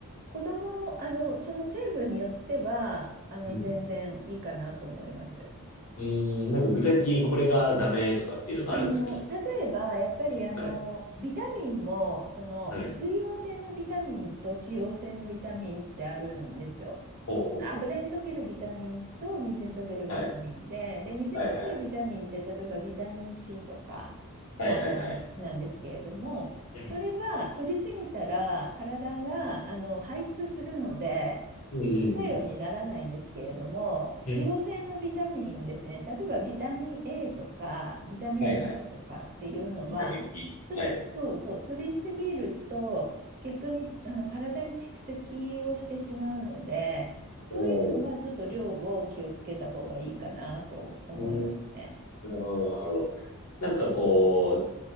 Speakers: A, on the right; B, on the left.
A: 子供も、あの、その成分によっては、あの、
B: うん。
A: 全然いいかなと思います。
B: うーん、なんか具体的にこれがダメとかっていうのがあるんですかじゃ
A: あの、例えば、やっぱりあの、
B: あ。はい。
A: ビタミンも、その、
B: はい。
A: 水溶性のビタミンと脂溶性のビタミンってあるんですよ。
B: ほうほうほ
A: 油に溶けるビタミンと水に溶けるビタミンで、
B: う。はい。
A: で、水に溶けるビタミンって、
B: はいはい。
A: 例えばビタミン C とか、
B: はいはいはい。
A: あの、なんですけれども、
B: う
A: それは取りすぎたら体があの排出するので、
B: んうんうん。
A: 副作用にならないんですけれども、使用性のビタミンですね、
B: うん
A: 例えばビタミン A とかビタミン
B: はいはい。
A: D とかっていうのは、
B: ビタミン B。
A: ちょっとそうそう、
B: はい。
A: 取りすぎると逆にあの体に蓄積をしてしまうので、そういうのはちょっと量を気をつけた方がいいかなと思いますね。
B: おうーんなるほど、なるほど。なんかこ